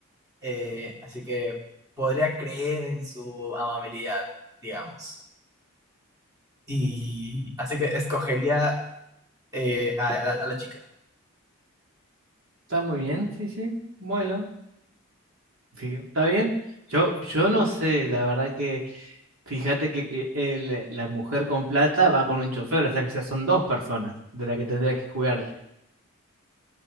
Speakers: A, on the right (about 15°); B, on the right (about 65°).
A: Eh, así que podría creer en su amabilidad, digamos. Y así que escogería eh, a, a- a la chica.
B: Está muy bien, sí, sí. Bueno, sí, está bien. Yo, yo no sé, la verdad que fíjate que, que el- la mujer con plata va con un chofer, o sea que ya son dos personas de las que tendrías que jugarle.